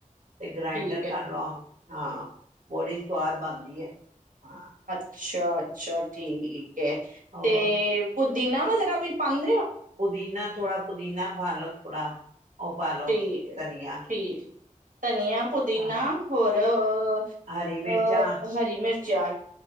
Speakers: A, on the right; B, on the right.
A: ਤੇ ਗਰਾਇੰਡਰ
B: ਠੀਕ ਹੈ
A: ਕਰ ਲਓ। ਹਾਂ। ਬੜੀ ਸਵਾਦ ਬਣਦੀ ਐ, ਹਾਂ।
B: ਛਾ, ਅੱਛਾ, ਠੀਕ। <unintelligible>
A: ਹੋਰ
B: ਤੇ ਪੁ ਦਿਨਾ ਵਗੈਰਾ ਵੀ ਪਾਨ
A: ਪੁਦੀਨਾ ਥੋੜਾ ਪੁਦੀਨਾ ਭਾਲਤ ੜਾ ਉਹ ਪਾਲੋ
B: ਤੇ
A: ਧਨੀਆ
B: ਠੀਕ ਧਨੀਆ ਪੁਦੀਨਾ
A: ਹਾਂ
B: ਹੋਰ ਅ
A: ਹਰੀ ਮਿਰਚਾਂ
B: ਅ ਹਰੀ ਮਿਰਚ ਚਾਰ